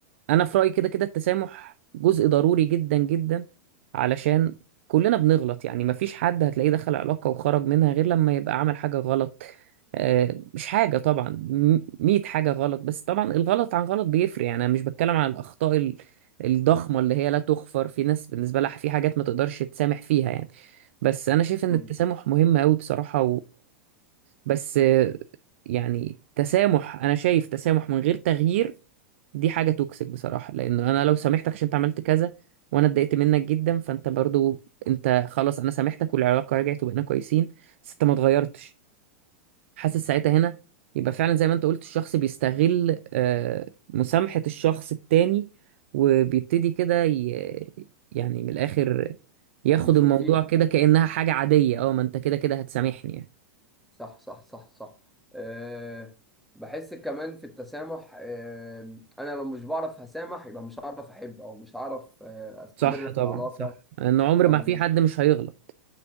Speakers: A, on the right; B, in the centre.
A: انا في رأيي كده كده التسامح جزء ضروري جدا جدا علشان كلنا بنغلط يعني مفيش حد هتلاقيه دخل علاقة وخرج منها غير لما يبقى عمل حاجة غلط آه، مش حاجة طبعا م- مية حاجة غلط بس طبعا الغلط عن غلط بيفرق يعني أنا مش بتكلم عن الأخطاء ال- الضخمة اللي هي لا تغفر في ناس بالنسبة لها في حاجات ما تقدرش تسامح فيها يعني بس أنا شايف إن
B: مم.
A: التسامح مهم أوي بصراحة بس آه، يعني تسامح انا شايف تسامح من غير تغيير دي حاجة توكسيك بصراحة لانه انا لو سامحتك عشان انت عملت كذا وانا اتضايقت منك جدا فانت برضو انت خلاص انا سامحتك والعلاقة رجعت وبقينا كويسين بس انت ما اتغيرتش حاسس ساعتها هنا يبقى فعلا زي ما انت قلت الشخص بيستغل آه، مسامحة الشخص التاني وبيبتدي كده ي- يعني من الاخر ياخد
B: يسوق
A: الموضوع
B: فيها
A: كده كأنها حاجة عادية اه ما انت كده كده هتسامحني يعني
B: صح صح صح صح أه بحس كمان في التسامح أه انا لو مش بعرف هسامح يبقى مش هعرف احب او مش هعرف أه استمر
A: صح طبعا
B: في العلاقة
A: صح ان عمر
B: او
A: ما في
B: مش
A: حد مش هيغلط